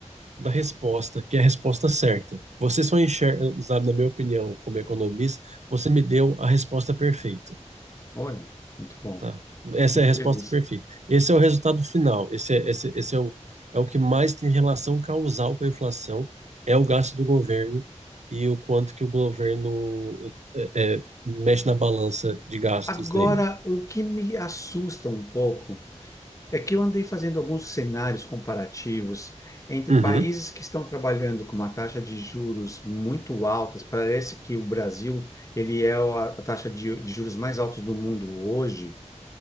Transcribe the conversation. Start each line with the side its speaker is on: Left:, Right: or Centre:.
Right: da resposta, que é a resposta certa. Você só enxerga, sabe, na minha opinião, como economista, você me deu a resposta perfeita.
Left: Olha, muito bom.
Right: Tá. Essa
Left: Fico
Right: é a resposta
Left: feliz.
Right: perfeita. Esse é o resultado final. Esse é, esse, esse é o, é o que mais tem relação causal com a inflação, é o gasto do governo e o quanto que o governo é, é, mexe na balança de gastos
Left: Agora,
Right: dele.
Left: o que me assusta um pouco é que eu andei fazendo alguns cenários comparativos entre
Right: Uhum,
Left: países que estão trabalhando com uma taxa de juros muito altas. Parece que o Brasil, ele é a a taxa de, de juros mais altos do mundo hoje.